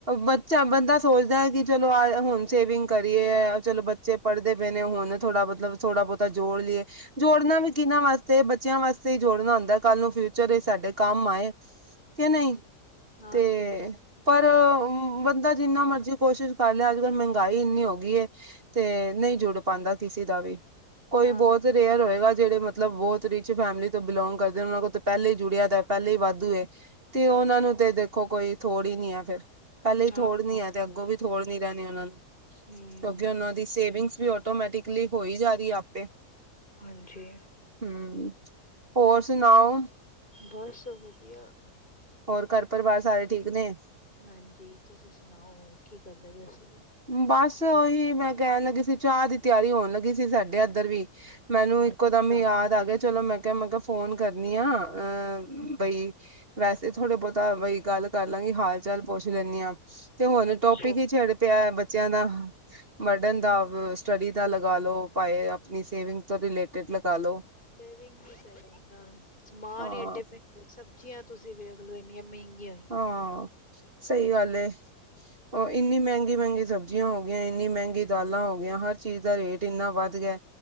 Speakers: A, on the right; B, on the left.
A: ਬੱਚਾ ਬੰਦਾ ਸੋਚਦਾ ਹੈ ਕਿ ਚਲੋ ਆ ਹੋਮ ਸੇਵਿੰਗ ਕਰੀਏ ਚਲੋ ਬੱਚੇ ਪੜਦੇ ਪਏ ਨੇੁ, ਹੂਣੇ ਥੋੜਾ ਮਤਲਬ ਥੋੜਾ ਬਹੁਤਾ ਜੋੜ ਲਈਏ। ਜੋੜਨਾ ਵੀ ਕਿਹਨਾਂ ਵਾਸਤੇ ਬੱਚਿਆਂ ਵਾਸਤੇ ਹੀ ਜੋੜਨਾ ਹੁੰਦਾ ਕੱਲ ਨੂੰ ਫੇ- ਚਾਰੇ ਸਾਡੇ ਕੰਮ ਆਏ, ਕਿ ਨਹੀਂ
B: ਹੂੰ ਹਾਂ
A: ਤੇ
B: ਇਹ ਹੈ
A: ਪਰ ਬੰਦਾ ਜਿੰਨਾ ਮਰਜ਼ੀ ਕੋਸ਼ਿਸ਼ ਕਰ ਲੇ ਅੱਜ ਕੱਲ ਮਹਿੰਗਾਈ ਇੰਨੀ ਹੋ ਗਈ ਹੈ। ਤੇ ਨਹੀਂ ਜੁੜ ਪਾਉਂਦਾ ਕਿਸੇ ਦਾ ਵੀ, ਕੋਈ
B: ਹਾਂ
A: ਬਹੁਤ ਰੇਅਰ ਹੋਏਗਾ ਜਿਹੜੇ ਮਤਲਬ ਬਹੁਤ ਰਿਚ ਫੈਮਿਲੀ ਤੋਂ ਬਿਲੋਂਗ ਕਰਦੇ ਨੇ, ਉਹਨਾਂ ਕੋ- ਪਹਿਲੇ ਹੀ ਜੁੜਿਆ ਤਾਂ ਪਹਿਲੇ ਹੀ ਵਾਧੂ ਐ, ਤੇ
B: ਹਾਂਜੀ
A: ਉਹਨਾਂ ਨੂੰ ਤੇ ਦੇਖੋ ਕੋਈ ਥੋੜ ਹੀ ਨੀ ਆ ਫੇਰ। ਪਹਿਲੇਾਂ ਹੀ
B: ਹਾਂ
A: ਥੋੜ ਨੀ
B: ਹਾਂ
A: ਆ, ਤੇ ਅੱਗੋਂ ਵੀ ਥੋੜ ਨੀ ਰਹਿਣੀ ਉਹਨਾਂ ਨੂੰ,
B: ਹੂੰ
A: ਕਿਉਂਕਿ ਉਹਨਾਂ ਦੀ ਸੇਵਿੰਗਸ ਵੀ ਆਟੋਮੈਟਿਕਲੀ ਹੋ ਹੀ ਜਾ ਰਹੀ ਆਪੇ।
B: ਹਾਂਜੀ
A: ਹੂੰ ਹੋਰ ਸੁਣਾਓ?
B: ਬਸ ਵਧੀਆ।
A: ਹੋਰ ਘਰ ਪਰਿਵਾਰ ਸਾਰੇ ਠੀਕ ਨੇ?
B: ਹਾਂਜੀ ਤੁਸੀਂ ਸੁਣਾਓ ਹੋਰ ਕੀ ਕਰਦੇ ਪਏ ਸੀਂ।
A: ਬਸ ਉਹੀ ਮੈਂ ਕਹਿਣ ਲੱਗੀ ਸੀ ਚਾਹ ਦੀ ਤਿਆਰੀ ਹੋਣ ਲੱਗੀ ਸੀ ਸਾਡੇ ਇੱਧਰ ਵੀ। ਮੈਨੂੰ ਇੱਕੋ
B: ਅੱਛਾ
A: ਦਮ ਯਾਦ ਆ ਗੇਆ ਚਲੋ ਮੈਂ ਕਿਹਾ, ਮੈਂ ਕਿਹਾ ਫੋਨ ਕਰਨੀ ਆ ਅਹ ਬਈ। ਵੈਸੇ ਥੋੜੇ ਬਹੁਤਾ ਬਈ ਗੱਲ ਕਰ ਲਾਂਗੀ, ਹਾਲ- ਚਾਲ ਪੁੱਛ ਲੈਂਦੀ ਹਾਂ ਤੇ ਹੁਣ
B: ਅੱਛਾ
A: ਟੋਪਿਕ ਹੀ ਛਿੜ ਪਿਆ ਬੱਚਿਆਂ ਦਾ, ਬੜਨ ਦਾ, ਸਟੱਡੀ ਦਾ ਲਗਾ ਲੋ। ਭਾਵੇਂ ਆਪਣੀ ਸੇਵਿੰਗ ਤੋਂ ਰਿਲੇਟਿਡ ਲਗਾ ਲੋ
B: ੇਵਿੰਗ ਕਰ ਸਮਾਨ
A: ਹਾਂ
B: ਹੀ ਡੇ ਮ <unintelligible> ਤੇ ਸਬਜ਼ੀਆਂ ਤੁਸੀਂ ਵੇਖਲੋ ਇੰਨੀਆਂ ਮਹਿੰਗੀਆਂ ਈ।
A: ਹਾਂ ਸਹੀ ਗੱਲ ਏ। ਉਹ ਇੰਨੀ ਮਹਿੰਗੀ- ਮਹਿੰਗੀ ਸਬਜ਼ੀਆਂ ਹੋ ਗਈਆਂ, ਇੰਨੀ ਮਹਿੰਗੀ ਦਾਲਾਂ ਹੋ ਗਈਆਂ ਹਰ ਚੀਜ਼ ਦਾ ਰੇਟ ਇੰਨਾ ਵੱਧ ਗਿਆ,